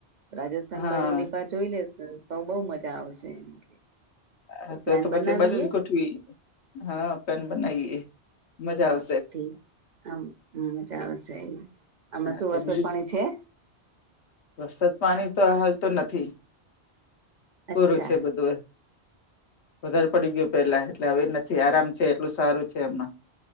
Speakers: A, on the right (about 50°); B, on the left (about 85°).
A: રાજસ્થાન
B: હા
A: બાજુ નકા જોઈ લેસ તો બઉ મજા આવશે એમ કે
B: અ તે
A: પ્લાન
B: તો
A: બનાવીએ
B: પશ બાજુ જ ગોઠવી, હન, પેન બનાઈએ મજા આવ
A: થી આમ મજા આવશે, આમાં
B: હા
A: શું
B: તો
A: વરસાદ
B: બીજું
A: પાણી છે?
B: વરસાદ પાણી તો હાલ તો નથી, કોરું
A: અચ્છા.
B: છે બધુય. વધાર પડી ગયો પેલા એટલે હવે નથી આરામ છે, એટલું સારું છે હમના